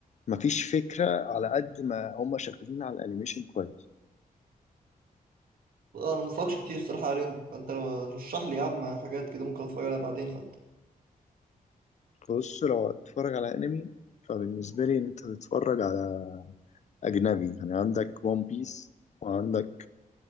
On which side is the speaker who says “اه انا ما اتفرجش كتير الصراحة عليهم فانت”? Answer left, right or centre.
Right